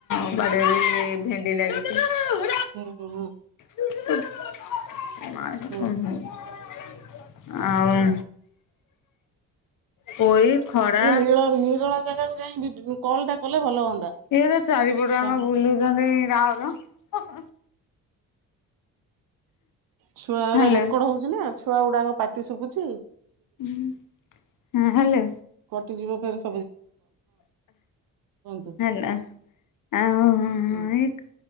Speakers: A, on the left; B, on the right.
A: ବାଡ଼ିରେ ବି ଭେଣ୍ଡି ଲାଗିଚି
B: ହୁଁ ହୁଁ।
A: <unintelligible>
B: ହୁଁ।
A: ଆଉ ପୋଇ ଖଡ଼ା
B: ଟିକେ ନିଳ ନିରଳା ଜାଗାକୁ ଯାଇ ବିଟ କଲ ଟା କଲେ ଭଲ ହୁଅନ୍ତା।
A: ଇଏ ତ ଚାରିପଟଆଙ୍କ
B: ଛୁଆ
A: ବୁଲୁଚନ୍ତି ରାଉରାଉ
B: ଛୁଆ ଗୁଡା
A: ହେଲେ
B: ରେକର୍ଡ ହଉଚି ନା ଛୁଆ ଗୁଡାଙ୍କ ପାଟି ଶୁବୁଚି।
A: ଉଁ ହଁ ହାଲୋ।
B: ଟୁ ଯିବ ଫେରସେ କୁହନ୍ତୁ
A: ହେଲା ଆଉ
B: ହଁ
A: ଇକ୍